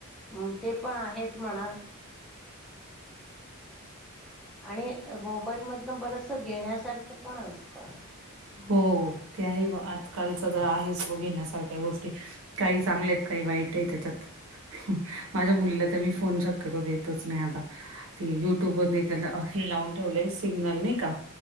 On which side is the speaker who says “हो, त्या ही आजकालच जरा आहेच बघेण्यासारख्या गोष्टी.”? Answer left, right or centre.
Right